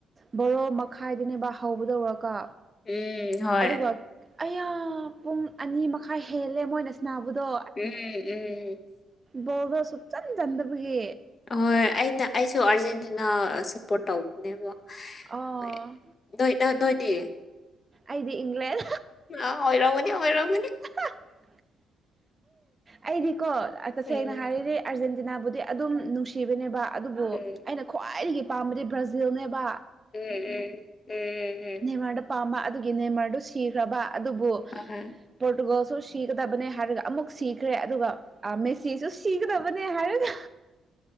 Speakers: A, on the right; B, on the left.
A: ꯕꯣꯔꯣ ꯃꯈꯥꯏꯗꯅꯦꯕ ꯍꯧꯕꯗꯧꯔꯀ
B: ꯎꯝ ꯍꯣꯏ
A: ꯑꯗꯨ ꯑꯌꯥ ꯄꯨꯡ ꯑꯅꯤ ꯃꯈꯥꯏ ꯍꯦꯜꯂꯦ ꯃꯣꯏꯅ ꯁꯅꯥꯕꯗꯣ
B: ꯎꯝ ꯎꯝ
A: ꯒꯣꯜꯗꯣ ꯁꯨꯛꯆꯟ ꯆꯟꯗꯕꯒꯤ
B: ꯍꯣꯏ ꯑꯩꯅ ꯑꯩꯁꯨ ꯑꯥꯔꯖꯦꯟꯇꯤꯅꯥ ꯁꯞꯄꯣꯔꯠ ꯇꯧꯕꯅꯦꯕ
A: ꯑꯣ
B: ꯃꯣꯏ ꯅꯣꯏ ꯅꯣꯏ ꯅꯣꯏꯗꯤ
A: ꯑꯩꯗꯤ ꯏꯪ꯭ꯂꯟ
B: ꯑꯥꯎ ꯑꯣꯏꯔꯝꯒꯅꯤ ꯑꯣꯏꯔꯝ
A: <inaudible> ꯑꯦ ꯑꯩꯗꯤꯀꯣ ꯇꯁꯦꯡꯅ
B: ꯎꯝ
A: ꯍꯥꯏꯔꯔꯦ ꯑꯥꯔꯖꯦꯟꯇꯤꯅꯥꯕꯨꯗꯤ ꯑꯗꯨꯝ ꯅꯨꯡꯁꯤ ꯁꯤꯕꯅꯦꯕ ꯑꯗꯨꯕꯨ
B: ꯎꯝ
A: ꯑꯩꯅ ꯈ꯭ꯋꯥꯏꯗꯒꯤ ꯄꯥꯝꯕꯗꯤ ꯕ꯭ꯔꯥꯖꯤꯜꯅꯦꯕ
B: ꯎꯝ ꯎꯝ ꯎꯝꯝ
A: ꯅꯃꯔꯗ ꯄꯥꯝꯕ ꯑꯗꯨꯒꯤ ꯅꯦꯃꯔꯗꯨ ꯁꯤꯈ꯭ꯔꯕ ꯑꯗꯨꯕꯨ
B: ꯑꯍꯣꯏ
A: ꯄꯣꯔꯇꯨꯒꯜꯁꯨ ꯁꯤꯒꯗꯕꯅꯦ ꯍꯥꯏꯔꯒ ꯑꯃꯨꯛ ꯁꯤꯈ꯭ꯔꯦ ꯑꯗꯨꯒ ꯑ ꯃꯁꯤꯁꯨꯁꯨ ꯁꯤꯒꯗꯕꯅꯦ ꯍꯥꯏꯔꯒ